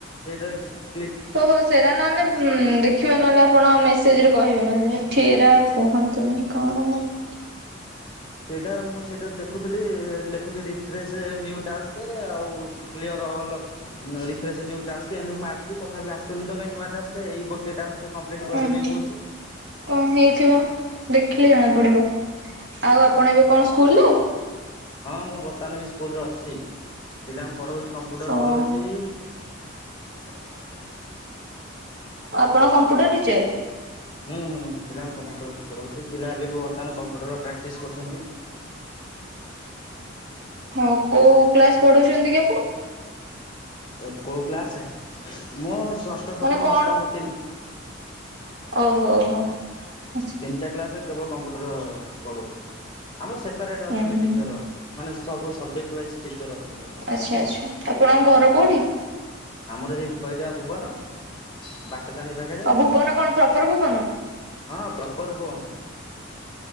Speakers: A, on the left; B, on the right.
A: ସେଇଟାରେ କ୍ଲି
B: ଓହୋ ସେରା ନହେଲେ ଉଁ ଉଁ ଦେଖ ଖିବ ନହେଲେ ନାଇଁ ଆପଣ ମେସେଜରେ କହିବେ ନହେଲେ ଏଠି ଏରା କୁହନ୍ତିନି କଣ କହିବି?
A: ସେଇଟା ମୁଁ ସେଇଟାରେ ଦେଖୁଥିଲି ଲେଖୁଚି ରିଫ୍ରେସେ ନିଉ ଟାସ୍କେ ଆଉ କ୍ଳିଅର ଅଲ। ନ ରିଫ୍ରେସେ ନିଉ ଟାସ୍କେ ଏନ୍ତି ମାରଚି ତଥାବି ଆସୁନି ତ କାଇଁ ନୂଆ ଟାସ୍କେ ଏଇ ଗୋଟେ ଟାସ ସେ କମ୍ପ୍ଲିଟ୍ କରିବା
B: ଓହୋ
A: ପାଇଁ କହୁଚି।
B: କଣ ହେଇଥିବ ଦେଖିଲେ ଜଣା ପଡ଼ିବ ଆଉ ଆପଣ ଏବେ କଣ ସ୍କୁଲରେ?
A: ହଁ ମୁଁ ବର୍ତ୍ତମାନ ବି ସ୍କୁଲରେ ଅଛି ପିଲାଙ୍କୁ ପଢ଼ଉଚି କମ୍ପ୍ୟୁଟର
B: ଓହୋ
A: ପଢ଼ଉଚି। <inaudible>
B: ଆପଣ
A: ହୁଁ
B: Computer
A: ହୁଁ।
B: teacher?
A: ହୁଁ ହୁଁ ପିଲାଙ୍କୁ କମ୍ପ୍ୟୁଟର ପଢ଼ଉଚି ପିଲା ଏବେ ବି ବର୍ତ୍ତମାନ କମ୍ପ୍ୟୁଟର ପ୍ରାକ୍ଟିସ୍ କରୁଚନ୍ତି।
B: ହଉ କୋଉ କ୍ଲାସ ପଢ଼ଉଚନ୍ତି କି ଆପଣ?
A: ଅ କୋଉ କ୍ଲାସେ ମୁଁ ଷଷ୍ଠ, ସପ୍ତମ,
B: ମାନେ କଣ
A: ଅଷ୍ଟମ ତିନ
B: ଓହୋ ଓହୋ ଆଛ
A: ତିନଟା କ୍ଲାସେରେ କେବଳ କମ୍ପ୍ୟୁଟର ପଳଉଚି ଆମର ସେପାରେଟ୍ ଅଛନ୍ତି
B: ହୁଁ ହୁଁ
A: ଟିଚର। ମାନେ ସବୁ ସବଜେକ୍ଟ ୱାଇଜ୍ ଟିଚର୍ ଅଛନ୍ତି <unintelligible>
B: ଆଚ୍ଛା-ଆଚ୍ଛା ଆପଣଙ୍କ ଘର କୋଉଠି?
A: ଆମର ସେଇ କହିଲି ବା ଭୁବନ ବାଟତାରେଣୀ ପାଖେରେ।
B: ଆଉ ଭୁବନ କଣ ପ୍ରପର ଭୁବନ?
A: ହଁ ପ୍ରପର୍ ଭୁବନ୍।